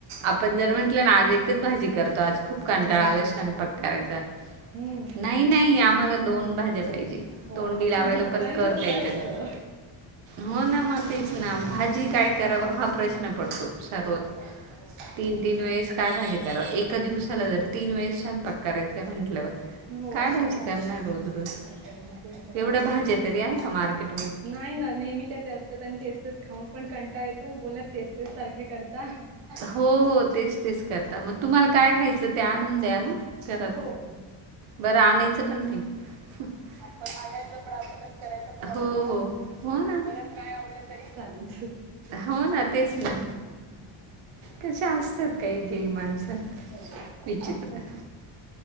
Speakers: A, on the right (about 80°); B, on the right (about 30°).
A: आपण जर म्हटलं ना आज एकच भाजी कर तो आज खूप कंटाळ
B: हो
A: आला स्वयंपाक कराय नाही
B: हम्म
A: नाही नाही आम्हाला दोन भाज्या पाहिजे
B: हो
A: तोंडी
B: आमचं
A: लावायला
B: दुपारी
A: पण कर
B: तसच
A: काहीतरी.
B: असतं.
A: हो ना मग
B: हम्म.
A: तेच ना भाजी काय करावं हा प्रश्न पडतो सर्व
B: हम्म.
A: तीन तीन वेळेस काय भाजी कराव एका दिवसाला
B: हम्म
A: जर तीन वेळेस स्यंपाक करायचंय म्हटल्यावर.
B: हो
A: काय भाजी करणार रोज रोज
B: काय करणार तो विचारच
A: एवढ्या
B: असतो.
A: भाज्या तरी आहे का मार्केट
B: नाही ना नेहमीच्या ते असत. तर त्यांनी तेच तेच खाऊन पण कंटा येतो मग बोलतात तेच तेच सारखे करता.
A: हो हो तेच तेच. करता मग तुम्हाला
B: हम्म.
A: काय खायचं ते आणून द्या ना घरात.
B: हो
A: बरं आणायचं पण नाही. आपण आणायच पण आपणच करायचं आपणच हो हो ना काय आवडलं तरी
B: चालूच.
A: हो ना तेच ना
B: हम्म.
A: कश असतात काही काही माणसं.
B: हो.
A: विचितित्र.